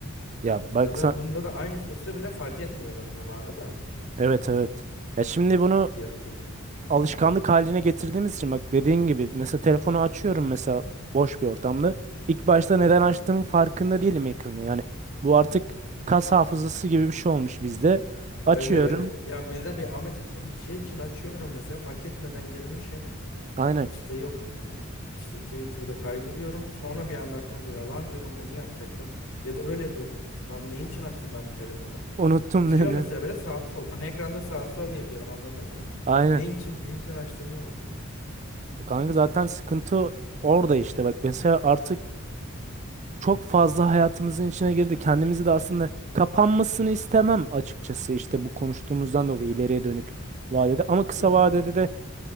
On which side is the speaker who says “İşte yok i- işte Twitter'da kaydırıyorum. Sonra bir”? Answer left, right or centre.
Left